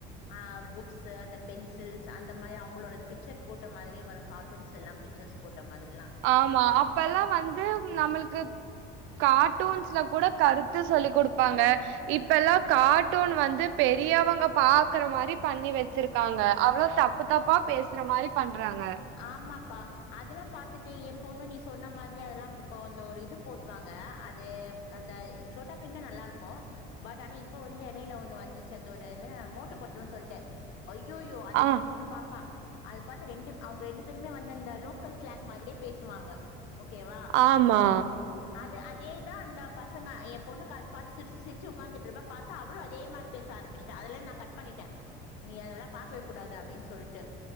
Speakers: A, on the left; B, on the right.
A: ஆ புக்ஸு அந்த பென்சில்ஸ் அந்த மாதிரி அவங்களோட பிக்சர் போட் போட்ட மாதிரி வரும் கார்ட்டூன்ஸ் எல்லா பிக்சர்ஸ் போட்ட மாதிரில்லா
B: ஆமா அப்பெல்லா வந்து நம்மளுக்கு கார்ட்டூன்ஸ்ல கூட கருத்து சொல்லி குடுப்பாங்க இப்ப எல்லா கார்ட்டூன் வந்து பெரியவங்க பாக்குற மாதிரி பண்ணி வச்சிருக்காங்க அவ்ளோ தா தப்பு தப்பா பேசுற மாதிரி பண்றாங்க
A: ஆமாப்பா அதுல்லா பாத்துட்டு ஏ பொண்ணு நீ சொன்ன மாதிரி அதெல்லாம் இப்ப அந்த ஒரு இது போட்டுவாங்க அது அந்த சோட்டா பீம்ன்னா நல்லா இருக்கு பட் ஆனா இப்ப வந்து எடையில ஒண்ணு வந்துச்சு அந்த ஒரு என்ன மோட்டு பட்லூன் சொல்லிட்டு ஐயோயோ அததா
B: ஆ
A: ஏ பொண்ணு பாப்பா அத பாத்து ரெண்டு அவுங்க ரெண்டு பேருமே வந்தந்த லோக்கல் ஸ்லாங் மாதிரி பேசுவாங்க ஓகேவா
B: ஆமா
A: அது அதேதா அந்த பசங்க ஏ பொண்ணுக்கு அத பாத்து சிரிச்சி சிரிச்சி உட்காந்துட்ருப்பா பாத்தா அவளு அதே மாரி பேச ஆரம்பிச்சிட்டா அதுல இ நா கட் பண்ணிட்டே நீ அதெல்லா பாக்கவே கூடாது அப்டின்னு சொல்லிட்டு